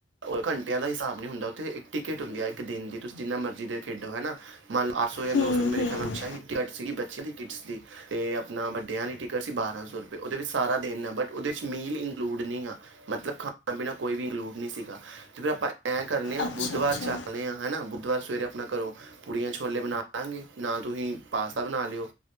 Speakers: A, on the right (about 80°); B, on the left (about 75°).
A: ਉਹ ਘੰਟਿਆਂ ਦਾ ਹਿਸਾਬ ਨਹੀਂ ਹੁੰਦਾ ਉਥੇ ਇਕ ਟਿਕਟ ਹੁੰਦੀ ਇੱਕ ਦਿਨ ਦੀ ਤੁਸੀਂ ਜਿੰਨਾ ਮਰਜ਼ਜੀ ਦੇਰ ਖੇਡੋ ਹਨਾ ਮੰਨਓ ਅੱਠ ਸੌ ਜਾਂ ਨੌ
B: ਹੂੰ
A: ਮੇਰੇ
B: ਹੂੰ
A: ਖਿਆਲ ਨਾਲ <unintelligible> ਸੀ ਬੱਚਿਆਂ ਦੀ ਕਿਟਸ ਦੀ ਤੇ ਆਪਣਾ ਵੱਡਿਆਂ ਦੀ ਟਿਕਟ ਸੀ ਬਾਰਾਂ ਸੌ ਰੁਪਏ ਉਹਦੇ ਵਿੱਚ ਸਾਰਾ ਦੇਣ ਆ ਬਟ ਉਹਦੇ ਵਿੱਚ ਮੀਲ ਇੰਕਲੂਡ ਨਹੀਂ ਆ ਮਤਲਬ ਖਾਣਾ ਪੀਣਾ ਕੋਈ ਵੀ ਇੰਕਲੂਡ ਨਹੀਂ ਸੀ। ਤੇ ਫਿਰ ਆਪਾਂ ਐ, ਕਰਨੇ ਆ
B: ਅੱਛਾ
A: ਬੁੱਧਵਾਰ
B: ਅੱਛਾ
A: ਚੱਲਦੇ ਹਾਂ ਹਨਾ ਬੁੱਧ ਸਵੇਰੇ ਆਪਣਾ ਘਰੋਂ ਪੂੜੀਆਂ ਛੋਲੇ ਬਣਾ ਲਵਾਂਗੇ ਨਾ ਤੁਸੀਂ ਪਾਸਤਾ ਬਣਾ ਲਿਓ